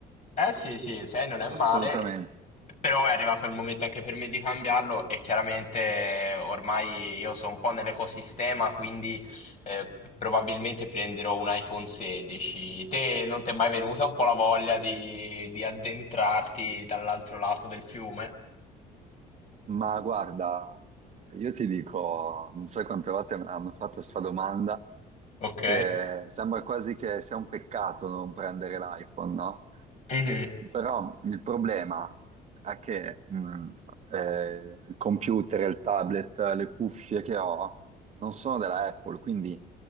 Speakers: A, on the left (about 45°); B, on the right (about 40°).
A: Eh sì, sì, 6 non è male,
B: assolutamente.
A: però è arrivato il momento anche per me di cambiarlo e chiaramente ormai io sono un po' nell'ecosistema, quindi eh, probabilmente prenderò un iPhone 16. Te non ti è mai venuta un po' la voglia di, di addentrarti dall'altro lato del fiume?
B: Ma guarda, io ti dico, non so quante volte mi hanno fatto questa domanda,
A: Ok.
B: che sembra quasi che sia un peccato non prendere l'iPhone, no?
A: Mhm.
B: Però il problema è che mh, eh, il computer, il tablet, le cuffie che ho non sono della Apple, quindi